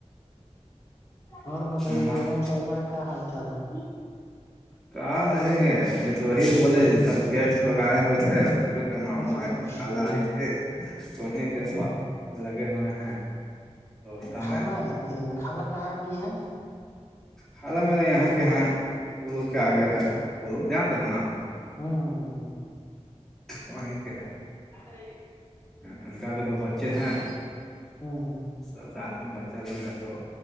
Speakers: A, on the left (about 25°); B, in the centre.
A: اور بتائیے
B: نماز
A: بیگم صاحبہ کا کیا حال چال ہے
B: کہاں ہے یہ تو وہی بولے سب گیسٹ لوگ آئے ہوئے تھے کے ماموں
A: اچھا اچھا
B: آئے تھے خالا
A: ہاں
B: آئے تھے تو انہیں
A: ہ
B: کے سواد لگے ہوئے ہیں بوسا
A: خالہ
B: میں
A: آئی تھی خالہ کہاں کی ہیں
B: حالہ میرا یہاں کے ہے کڑو کے آگے ہے کو دانتے ہے نا
A: ہاں ہاں
B: وہی کے ہے
A: آھرے
B: ان کا بھی دو بچے ہیں
A: ہاں
B: سب ساتھ میں بچہ لوگ ہے تو